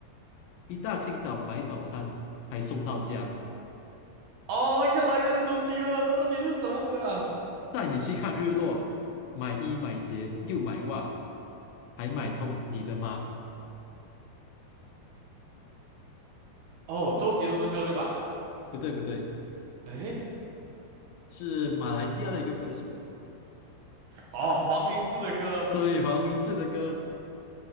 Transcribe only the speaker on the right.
哦，越来越熟悉了，这到底是什么歌啊？
哦，周杰伦的歌对吧？
诶，
哦，黄明志的歌，